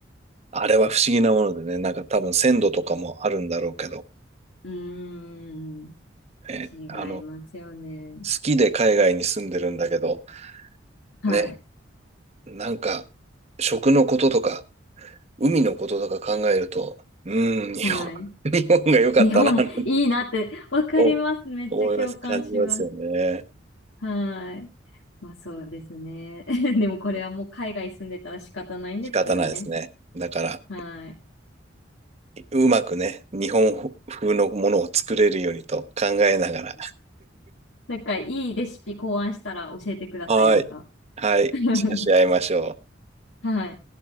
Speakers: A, on the right (about 35°); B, on the left (about 80°).
A: あれは不思議なものでね、なんか多分鮮度とかもあるんだろうけど、
B: うーん。
A: え、
B: 違いますよね。
A: あの、好きで海外に住んでるんだけど、
B: はい。
A: ね、なんか、食のこととか、海のこととか考えると、うん、日本、
B: はい。
A: <laughs> 日本が良かったな、
B: 日本いいなって、
A: なんて
B: わかります。
A: お
B: めっちゃ共感します。
A: 思います、感じますよね。
B: はい。まあそうですね。<laughs> でもこれはもう海外住んでたら仕方ないんですけどね。
A: うん、仕方ないですね。だから、
B: はい。
A: うまくね、日本風のものを作れるようにと考えながら、
B: なんかいいレシピ考案したら教えてください、
A: はい。
B: また。
A: はい。
B: <laughs>
A: シェアし合いましょう。
B: はい。